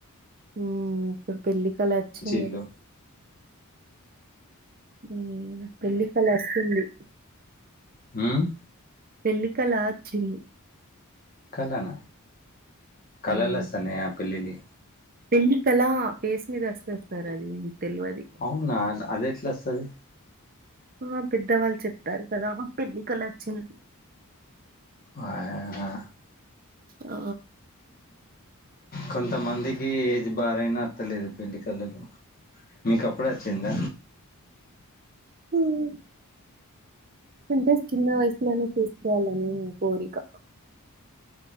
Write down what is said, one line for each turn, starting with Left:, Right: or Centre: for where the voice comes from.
Right: హ్మ్ ఇప్పుడు పెళ్లికల వచ్చింది
Left: ఇల్లు
Right: లే హ్మ్ పెళ్లి కల వస్తుంది
Left: హ్మ్
Right: పెళ్లికల ఆచ్చింది
Left: కలన కలలస్తున్నాయా
Right: ఉమ్,
Left: పెళ్లిలి
Right: పెళ్లి కల ఫేస్ మీద వస్తాది సర్ అది తెలియది
Left: అవునా న అది ఎట్ల వస్తది
Right: ఆ పెద్దవాళ్ళు చెప్తారు కదా పెళ్లి కల వచ్చిం
Left: హయా హా
Right: అ
Left: కొంతమందికి ఏజ్ బారయినా అత్తలేదు పెళ్లి కలలు మీకు అపుడే అచ్చింద
Right: హ్మ్ అంటే చిన్న వయసులోనే చేసుకోవాలని కోరిక